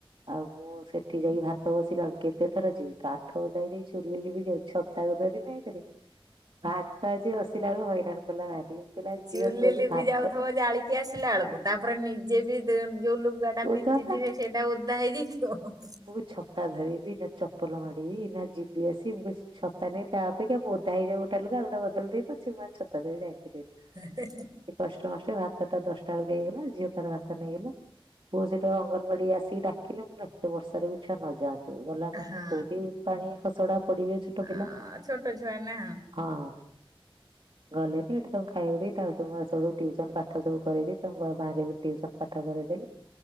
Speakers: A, on the right (about 60°); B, on the right (about 40°).
A: ଆଉ ମୁଁ ସେଠି ଯାଇକି ଭାତ ଭାତ ବସିଲା କେତେଥର ଯିବି କାଠ ଓଦା ହେଇଯାଉଛି ଚୁଲି ଲିଭିଯାଉଛି ଛତା କୁ ଧରିିବି ଏକେରେ ଭାତ ଆଜି ବସିଲା ବେଳକୁ ହଇରାଣ କଲା ଭାରି ମୁଁ କହିଲି
B: ଚୁଲି
A: ଝିଅ ତୁ ଆଜି ଭାତ
B: <unintelligible> ଜାଳିକି ଆସିଲା ବେଳକୁ ତାପରେ ନିଜେ ବି ଯୋଉ ଲୁଗା ଟା
A: ଓଦା
B: ପିନ୍ଧିଥିବେ ସେଇଟା ଓଦା ହେଇଯାଇଥିବ।
A: କୁ ଛତା ଧରିବି ନା ଚପଲ ମାଡ଼ିବି ନା ଯିବି ଆସିବି ମୁଁ କହିଲି ଛତା ନେଇ ତା ଅପେକ୍ଷା ମୁଁ ଓଦା ହେଇଯାଉ ଗୋଟେ ଲୁଗା ଆଉ ଗୋଟା ବଦଳି ଦେବି ପଛକେ ମୁଁ ଛତା ଧରିକି ଯାଇପାରିବନି
B: ହି ହି
A: କଷ୍ଟ ମଷ୍ଟେ ଭାତ ଟା ଦଶଟା ବେଳକୁ ହେଇଗଲା ଝିଅ ତାର ଭାତ ନେଇଗଲା। ପୁଅ ସେଇଠୁ ଅଙ୍ଗନବାଡି ଆସିକି ଡାକିଲେ ମୁଁ ଏତେ ବର୍ଷାରେ ବି ଛୁଆ ନଯାଆନ୍ତୁ ଗଲା ମାନେ
B: ହଁ
A: କୋଉଠି ପାଣି ଖସଡା ପଡିବେ ଛୋଟ
B: ହଁ
A: ପିଲା।
B: ଛୋଟ ଛୁଆ ନା
A: ହଁ। ଗଲେନି ଏଠି ତାଙ୍କୁ ଖାଇବାକୁ ଦେଇ ତାଙ୍କ ସବୁ ଟ୍ୟୁସନ ପାଠ ସବୁ କରେଇଦେବି। ବାଁରେ କି ଟ୍ୟୁସନ ପାଠ କରିଇଦେଲି